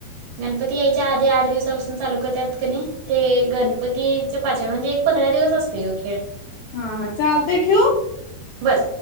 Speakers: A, on the right; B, on the left.
A: गणपती यायच्या आधी आठ दिवसापासून चालू करत्यात क नई ते गणपतीच्या पाचव्या म्हणजे एक पंधरा दिवस असतो यो खेळ.
B: हा हा चालत ठेऊ.
A: बरं